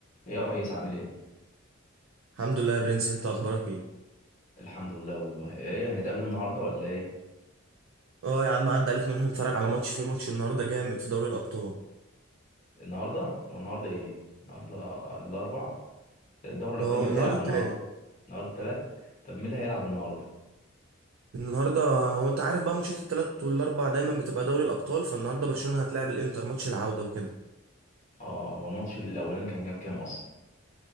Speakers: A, on the left; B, on the right.
A: ايه يا ريس عامل ايه؟
B: الحمد لله يا برنس انت اخبارك ايه
A: الحمد لله والله ايه هنتقابل النهارده ولا ايه؟
B: اه يا عم عدى عليك نروح نتفرج على ماتش في ماتش النهارده جامد في دوري الابطال
A: النهارده هو النهارده ايه؟ النهارده الاربع دوري الابطال
B: اه
A: مين اللي
B: النهارده
A: هيلعب
B: التلات
A: النهارده؟ النهارده تلات طب مين اللي هيلعب النهارده؟
B: النهارده هو انت عارف بقى ماتشات التلات والاربع دايما بتبقى دوري الابطال فالنهارده برشلونه هتلاعب الانتر ماتش العوده وكده
A: اه هو الماتش الاولاني كان كام كام اصلا؟